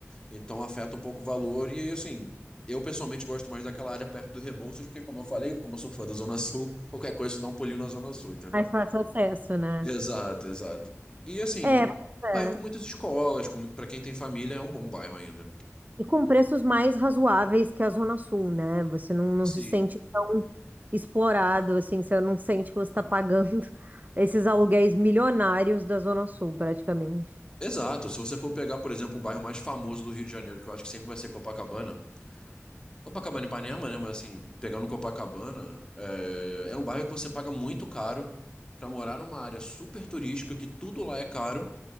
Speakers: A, on the left; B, on the right.
A: então afeta um pouco o valor. E assim, eu pessoalmente gosto mais daquela área perto do Rebouças, porque, como eu falei, como eu sou fã da Zona Sul, <laughs> qualquer coisa você dá um pulinho na Zona Sul, entendeu?
B: Mais fácil acesso, né?
A: Exato, exato. E assim,
B: É, pois
A: bairro
B: é.
A: com muitas escolas, com muito, para quem tem família, é um bom bairro ainda.
B: E com preços mais razoáveis que a Zona Sul, né? Você não, não
A: Sim.
B: se sente tão explorado, assim, você não sente que você está pagando <laughs> esses aluguéis milionários da Zona Sul, praticamente.
A: Exato. Se você for pegar, por exemplo, um bairro mais famoso do Rio de Janeiro, que eu acho que sempre vai ser Copacabana, Copacabana e Ipanema, né? Mas assim, pegando Copacabana, é, é um bairro que você paga muito caro pra morar numa área super turística, que tudo lá é caro,